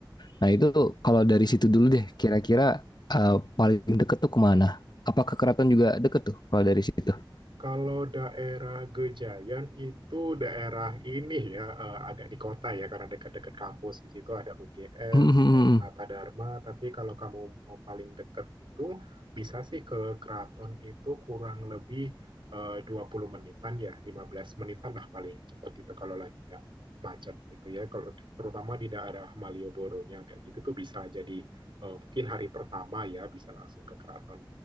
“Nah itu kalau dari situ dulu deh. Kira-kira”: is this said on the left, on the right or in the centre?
Left